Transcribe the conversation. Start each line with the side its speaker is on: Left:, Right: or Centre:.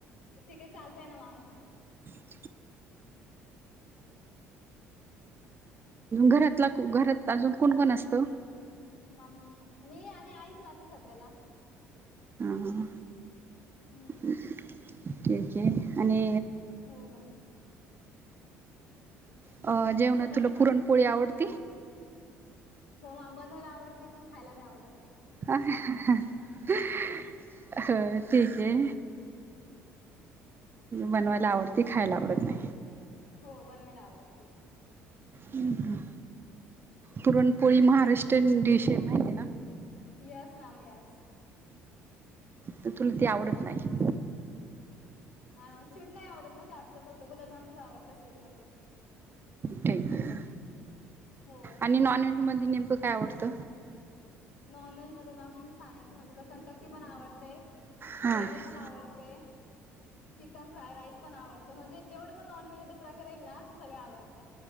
Left: ठीक आहे चालतय ना मॅम
Right: <inaudible> घरातला, घरात अजून कोण- कोण असत?
Left: मम मी आणि आईच राहते सध्याला!
Right: ह,
Left: हम्म
Right: ह ठीकय आणि
Left: हो मॅम!
Right: अ, जेवण
Left: बोला
Right: तुला
Left: की मॅम
Right: पुरणपोळी आवडत?
Left: हो, बनवायला आवडते, पण खायला नाही आवडत.
Right: ह, ह, ह, ह. हो ठीकय. बनवायला आवडती, खायला आवडत नाही?
Left: हो बनवायला आवडते!
Right: हम्म, पुरणपोळी महाराष्ट्रियन डिश हाय माहिती आहे ना
Left: येस, मॅम येस.
Right: तर तुला ती आवडत नाही?
Left: नाही, स्वीट नाही आवडत ना जास्त फक्त गुलाबजामच आवडतं स्वीट मध्ये!
Right: ठीक य
Left: हो
Right: आणि नॉन व्हेज मधी नेमकं काय आवडत?
Left: नॉन व्हेज मध्ये मॅम सांगायच म्हणलं तर कंटक्की पण आवडते
Right: हां
Left: बिर्याणी पण आवडतय. चिकन फ्राय, राईस पण आवडतो म्हणजे जेवढं पण नॉनव्हेज मध्ये प्रकार येईल ना ते सगळ आवडतय!